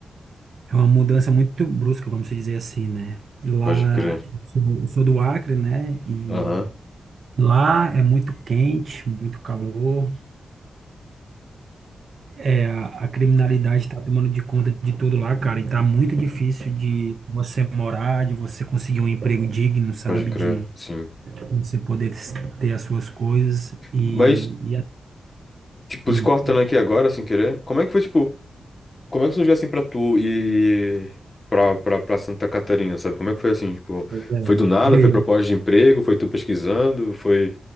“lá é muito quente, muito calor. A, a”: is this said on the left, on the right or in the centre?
Right